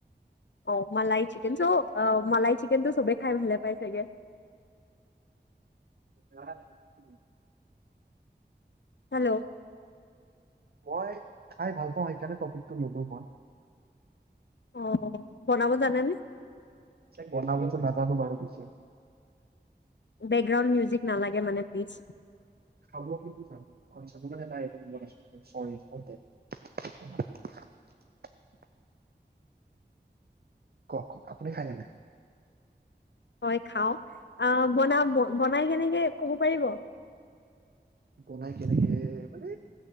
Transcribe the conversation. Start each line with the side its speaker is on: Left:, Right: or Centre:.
Left: অ' মালাই চিকেন চ' অ' মালাই চিকেনটো চবে খাই ভালে পায় চাগে ।
Right: খালা নি?
Left: হেল্লো'
Right: মই খাই ভাল পাওঁ সেইকাৰণে টপিকটো ললো মই ।
Left: অ' বনাব জানে নে?
Right: বনাবতো নাজানো বাৰু পিছে।
Left: বেকগ্ৰাউণ্ড মিউজিক নালাগে মানে প্লিজ।
Right: খাব কিন্তু জানো আচ্ছা, নাই এতিয়া ৰুমত আছো চৰি ফৰ ডেট । ক-ক-ক আপুনি খাই নে নাই?
Left: হয় খাও, আহ বনা বনাই কেনেকে ক'ব পাৰিব?
Right: বনাই কেনেকে মানে